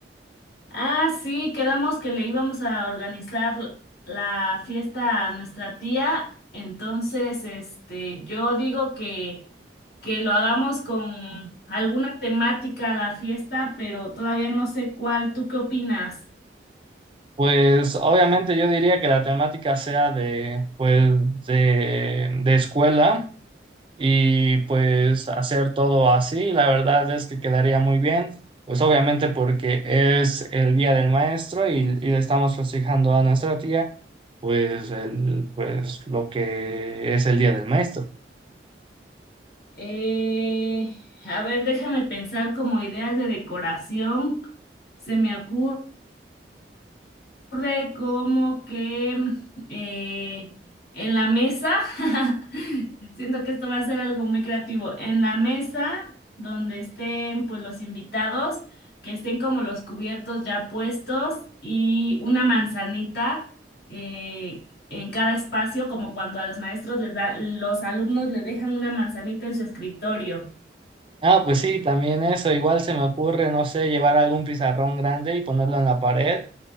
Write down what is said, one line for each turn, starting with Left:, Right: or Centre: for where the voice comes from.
Left: Ah, sí, quedamos que le íbamos a organizar la fiesta a nuestra tía. Entonces, este, yo digo que, que lo hagamos con alguna temática a la fiesta, pero todavía no sé cuál. ¿Tú qué opinas?
Right: Pues obviamente yo diría que la temática sea de, pues, de, de escuela y pues hacer todo así. La verdad es que quedaría muy bien, pues obviamente porque es el Día del Maestro y, y estamos festejando a nuestra tía, pues, el, pues lo que es el Día del Maestro.
Left: Eh, a ver, déjame pensar como ideas de decoración. Se me ocurre. ocurre como que mm, eh, en la mesa, <laughs> siento que esto va a ser algo muy creativo, en la mesa donde estén pues los invitados, que estén como los cubiertos ya puestos y una manzanita eh, en cada espacio, como cuando a los maestros les da, los alumnos les dejan una manzanita en su escritorio.
Right: Ah, pues sí, también eso. Igual se me ocurre, no sé, llevar algún pizarrón grande y ponerlo en la pared